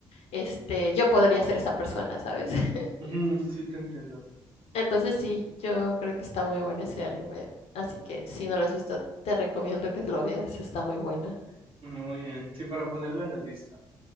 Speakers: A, on the left; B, on the right.
A: este, yo podría ser esa persona, ¿sabes? <laughs>
B: ujú, sí, te entiendo.
A: Entonces sí, yo creo que está muy bueno ese anime, así que si no lo has visto, te recomiendo que lo veas, está muy buena.
B: Muy bien. Sí, para ponerlo en la lista.